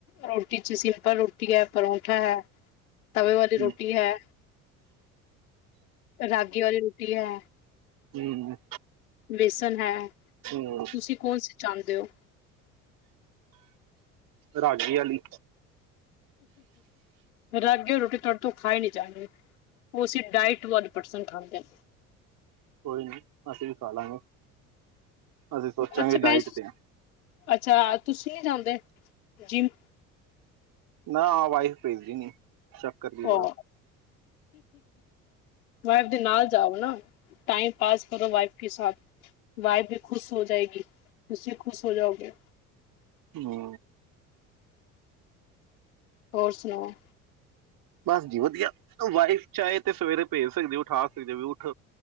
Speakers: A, on the left; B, on the right.
A: ਰੋਟੀ ਚ ਸਿੰਪਲ ਰੋਟੀ ਏ, ਪਰੌਂਠਾ ਹੈ। ਤਵੇ ਵਾਲੀ
B: ਹਮ
A: ਰੋਟੀ ਹੈ ਰਾਗੀ ਵਾਲੀ ਰੋਟੀ ਹੈ।
B: ਹੂੰ, ਹੂੰ।
A: ਬੇਸਨ ਹੈ।
B: ਹੂੰ
A: ਤੁਸੀਂ ਕੌਣ ਸੀ ਚਾਹੁੰਦੇ ਹੋ?
B: ਰਾਗੀ ਆਲੀ।
A: ਰਾਗੀ ਰੋਟੀ ਤੁਹਾਡੇ ਤੋਂ ਖਾਈ ਨੀ ਜਾਨੀ ਉਹ ਅਸੀ ਡਾਇਟ ਵਾਲੇ ਪਰਸਨ ਖਾਂਦੇ ਆ।
B: ਕੋਈ ਨੀ ਅਸੀਂ ਵੀ ਖਾ ਲਾਂਗੇ ਅਸੀਂ ਸੋਚਾਂਗੇ
A: ਅੱਛਾ ਮੈਂ
B: ਡਾਇਟ ਤੇ ਆ।
A: ਅੱਛਾ ਤੁਸੀਂ ਨੀ ਜਾਂਦੇ ਜਿਮ?
B: ਨਾ ਵਾਈਫ ਭੇਜਦੀ ਨੀ। ਸ਼ੱਕ ਕਰਦੀ ਬੜਾ।
A: ਉਹ ਵਾਈਫ ਦੇ ਨਾਲ ਜਾਵੋ ਨਾ ਟਾਈਮ ਪਾਸ ਕਰੋ ਵਾਈਫ ਕੇ ਸਾਥ ਵਾਈਫ ਵੀ ਖੁਸ ਹੋ ਜਾਏਗੀ ਤੁਸੀਂ ਖੁਸ ਹੋ ਜਾਓਗੇ।
B: ਹੂੰ
A: ਹੋਰ ਸੁਣਾਓ?
B: ਬਸ ਜੀ ਵਧੀਆ ਵਾਈਫ਼ ਚਾਹੇ ਤੇ ਸਵੇਰੇ ਭੇਜ ਸਕਦੀ ਉਠਾ ਸਕਦੀ। ਵੀ ਉਠ